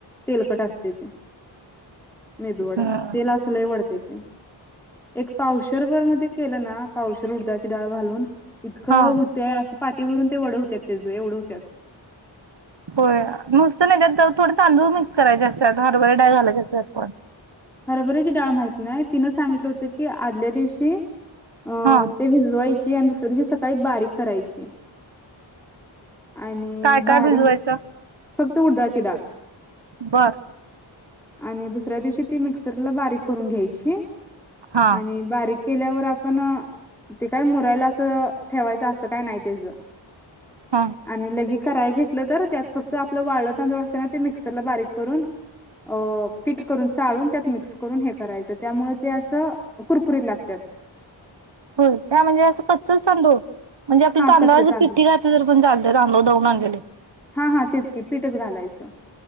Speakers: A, in the centre; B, on the right.
A: तेलकट असते ते. मेदूवडा
B: हम्म
A: तेल अस लई वढतय ते. एक पावशरभर मधे केलं ना पावशेर उडदाची डाळ घालून. इतकं
B: हा
A: हुतय असं पाटी भरून ते वड हूतेत तेच एवढ हूत्यात
B: होय नुसत नाही त्यात थोड तांदूळ मिक्स करायचे असतात हरभरे डाळे घालायच असतात पण
A: हरबरायची डाळ माहती नाही तिनं सांगितलं होतं की आदल्या दिवशी अ
B: हा
A: ते भीजवायच आणि दुसऱ्या दिवशी सकाळी बारीक करायची. आणि
B: काय
A: बारीक
B: काय भिजवायचं.
A: फक्त उडधाची डाळ
B: बर.
A: आणि दुसऱ्या दिवशी ती मिक्सरला बारीक करून घ्यायची.
B: हा
A: आणि बारीक केल्यावर आपण ते काय मुरायला असं ठेवायच असं काय नाही त्याच
B: हा
A: आणि लगे कराय घेतलं तर त्यात फक्त आपलं वाळल तांदूळ असते ना ते मिक्सरला बारीक करून अ पीठ करून चाळून त्यात मिक्स करून हे करायचं त्यामुळे ते असं कुरकुरीत लागत्यात.
B: हो का म्हणजे असं कच्चच तांदूळ म्हणजे आपल्या
A: हा
B: तांदळा
A: कच्च
B: जर
A: तांदूळ
B: पिठठी घातल तर पण चालतय तांदळ दळूण आणलेले
A: हा हा तेच की पीठच घालायचं